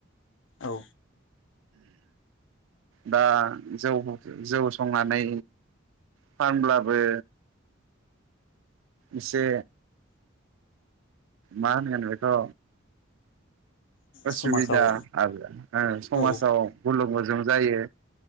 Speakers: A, on the left; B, on the right.
A: औ।
B: दा जौ जौ संनानै फानब्लाबो इसे मा होनगोन बेखौ उसुबिदा
A: समाजाव
B: आरो समाजाव
A: औ
B: गुलुं गुजुं जायो।